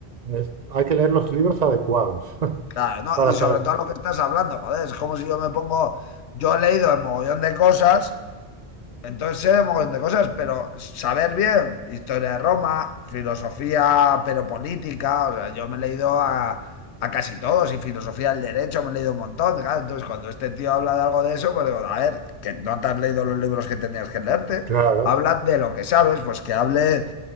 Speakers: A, on the right; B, on the left.
A: Es- hay que leer los libros adecuados <laughs>
B: claro, ¿no?
A: para
B: Y sobre
A: saber.
B: todo lo que estás hablando, joder, es como si yo me pongo. Yo he leído un mogollón de cosas Entonces sé de mogollón de cosas, pero saber bien historia de Roma, filosofía, pero política, o sea, yo me he leído a, a casi todos y filosofía del derecho me he leído un montón, claro, entonces cuando este tío habla de algo de eso, pues digo, a ver, que no te has leído los libros que tenías que leerte,
A: Claro,
B: habla de lo que sabes, pues que hable